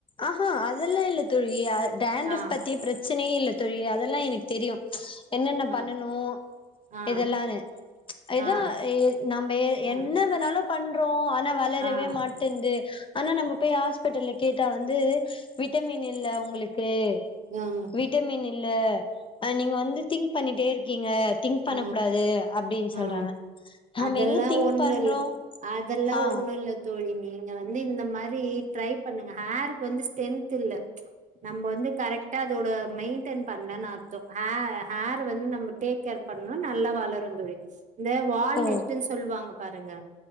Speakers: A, on the left (about 30°); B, on the right (about 45°).
A: ஆஹா அதெல்லா இல்ல தோழி அ டேன்ட்ரப்
B: ஆ
A: பத்தி பிரச்சனயே இல்ல தோழி அதெல்லா எனக்கு தெரியு என்னென்ன
B: ஆ
A: பண்ணனும
B: ஆ
A: இதெல்லானு ஏதோ
B: ஆ
A: எ நம்ம
B: ஆ
A: என்ன வேணாலு பண்றோ ஆனா வளரவே
B: ஆ ஆ
A: மாட்டேந்து ஆனா நம்ம பேய் ஹாஸ்பிட்டல்ல கேட்டா வந்து விட்டமின் இல்ல உங்களுக்கு
B: ஆ
A: விட்ட மீன் இல்ல அ நீங்க வந்து திங்க் பண்ணிட்டே இருக்கீங்க திங்க் பண்ணபுடாது
B: ஆ
A: அப்டின்னு சொல்றாங்க
B: ஆ
A: நம்ம
B: அதெல்லா
A: எங்க திங்க்
B: ஒண்ணு
A: பண்றோ
B: இல்ல அதெல்லா
A: ஆ
B: ஒண்ணு இல்ல தோழி நீங்க வந்து இந்த மாரி ட்ரை பண்ணுங்க ஹேருக்கு வந்து ஸ்ரென்த் இல்ல நம்ம வந்து கரெக்டா அதோட மெயின்டென் பண்லன்னு அர்த்தோ ஹ ஹேர் வந்து நம் டே க்கேர் பண்ணா நல்லா வளரு தோழி இந்த வால்நெட்டுன்னு
A: ஓ
B: சொல்லுவாங்க பாருங்க